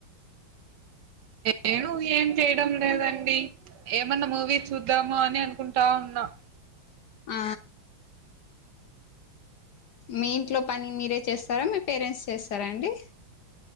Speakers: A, on the right; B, on the left.
A: నేను ఏం చేయడం లేదండి. ఏమన్నా మూవీ చూద్దాము అని అనుకుంటా ఉన్నా.
B: ఆ మీ ఇంట్లో పని మీరే చేస్తారా మీ పేరెంట్స్ చేస్తారా అండి.